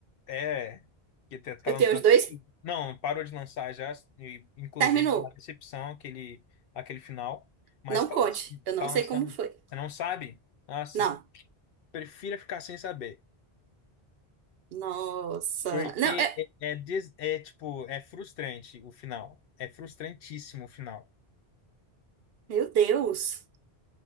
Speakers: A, on the left; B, on the right.
A: É, que tá tá
B: Eu
A: lançado.
B: tenho os dois,
A: Não, parou de lançar já, e, inclusive,
B: terminou.
A: uma decepção aquele, aquele final, mas
B: Não
A: tá,
B: conte, eu não
A: tá
B: sei
A: lançando.
B: como foi.
A: Você não sabe? Nossa,
B: Não.
A: Prefira ficar sem saber.
B: Nossa.
A: Porque
B: Não, é...
A: é, é, des- é, tipo, é frustrante o final. É frustrantíssimo o final.
B: Meu Deus.